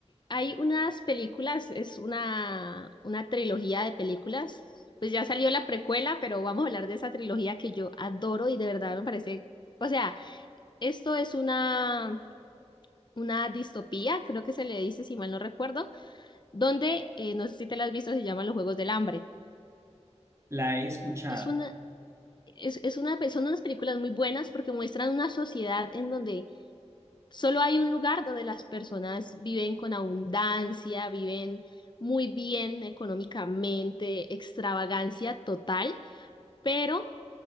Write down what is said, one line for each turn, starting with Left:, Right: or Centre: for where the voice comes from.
Left: hay unas películas, es una, una trilogía de películas. Pues ya salió la precuela, pero vamos a hablar de esa trilogía que yo adoro y de verdad me parece, o sea, esto es una, una distopía, creo que se le dice, si mal no recuerdo donde, eh, no sé si te las has visto, se llaman Los Juegos del Hambre.
Right: La he escuchado.
Left: Es una, es, es una, pe- son unas películas muy buenas porque muestran una sociedad en donde solo hay un lugar donde las personas viven con abundancia, viven muy bien económicamente, extravagancia total, pero...